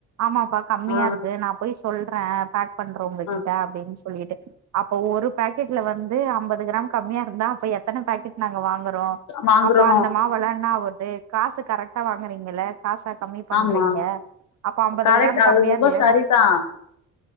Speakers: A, on the right; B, on the left.
A: ஆமா பா கம்மியாயிருக்கு
B: ஆ
A: நா போய் சொல்றேன் <unintelligible> பண்றோவொங்க
B: ஆ ஆ
A: கிட்ட அப்டின்னு ஸ் சொல்லிட்டு அப்போ ஒரு பேக்கெட்ல வந்து து அம்பது கிராம் கம்மியா இருந்தா அப்ப எத்தன பாக்கெட் நாங்க வாங்குறோ
B: வாங்குறோ
A: அப்போ அந்த மாவளனா என்ன ஆவர்த் <unintelligible> காசு கரெக்டா வாங்குறீங்கல காசா கம்மி பண்றீங்க
B: ஆமா
A: அப்ப அம்பது
B: கரெக்ட்
A: கிராம்
B: அது
A: கம்மியா
B: ரொம்ப
A: இருக்குல்ல
B: சரிதா
A: நா